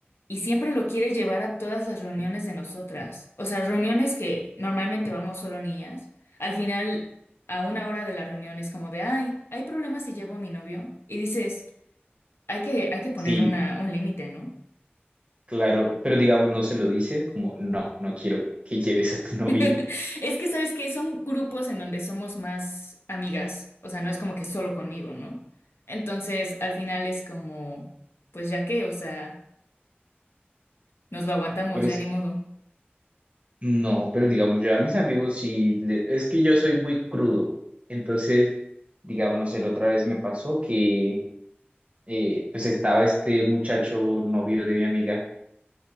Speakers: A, on the left (about 80°); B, on the right (about 35°).
A: y siempre lo quiere llevar a todas las reuniones de nosotras. O sea, reuniones que normalmente vamos solo niñas. Al final, a una hora de la reunión es como de, ay, hay problemas si llevo a mi novio. Y dices, hay que, hay que poner
B: Sí,
A: una, un límite, ¿no?
B: claro, pero digamos no se lo dices, como no, no quiero que lleves a tu
A: <laughs>
B: novio.
A: Es que sabes que son grupos en donde somos más amigas, o sea, no es como que solo conmigo, ¿no? Entonces, al final es como, pues ya qué, o sea, nos lo aguantamos,
B: Por eso,
A: ya ni modo.
B: no, pero digamos yo a mis amigos sí, le- es que yo soy muy crudo. Entonces, digamos, el otra vez me pasó que eh, pues estaba este muchacho novio de mi amiga